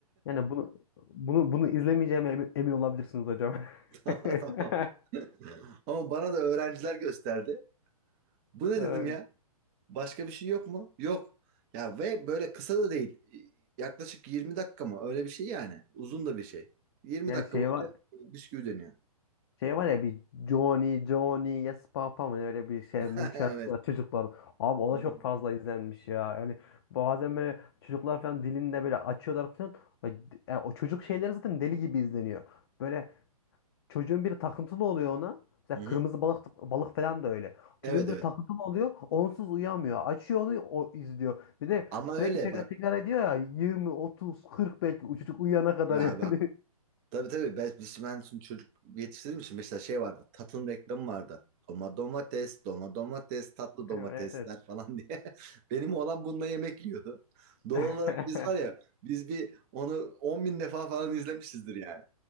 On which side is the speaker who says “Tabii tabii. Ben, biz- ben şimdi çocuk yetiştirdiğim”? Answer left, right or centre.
Right